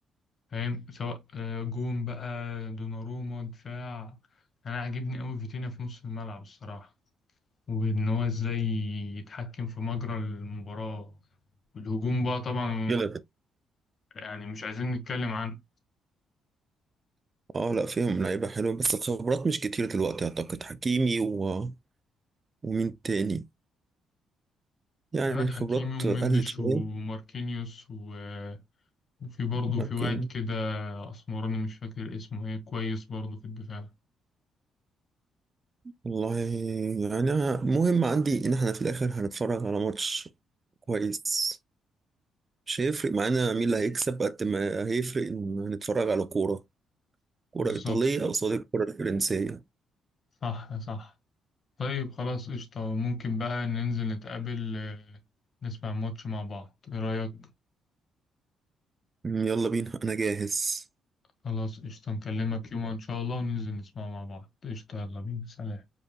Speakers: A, on the left; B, on the right.
A: فاهم سواء آه، جون بقى دوناروما دفاع انا عاجبني قوي فيتينيا في نص الملعب الصراحة وان هو ازاي يتحكم في مجرى المباراة والهجوم بقى طبعا
B: كده
A: يعني مش عايزين نتكلم عنه
B: اه لا فيهم لعيبة حلوة بس الخبرات مش كتيرة دلوقتي أعتقد حكيمي و... ومين تاني يعني
A: عندك
B: الخبرات
A: حكيمي ومندش
B: قلت شوية
A: وماركينيوس و... وفي برضه
B: لكن
A: في واحد كده أسمراني مش فاكر اسمه ايه كويس برضه في الدفاع
B: والله يعني أنا- مهم عندي إن احنا في الآخر هنتفرج على ماتش كويس مش هيفرق معانا مين اللي هيكسب قد ما هيفرق إن هنتفرج على كورة كورة
A: بالظبط
B: إيطالية قصاد الكورة الفرنسية
A: صح صح طيب خلاص قشطة ممكن بقى ننزل نتقابل آه، نسمع ماتش مع بعض ايه رأيك؟
B: يلا بينا أنا جاهز
A: خلاص قشطة نكلمك يوم إن شاء الله وننزل نسمع مع بعض قشطة يلا بينا سلام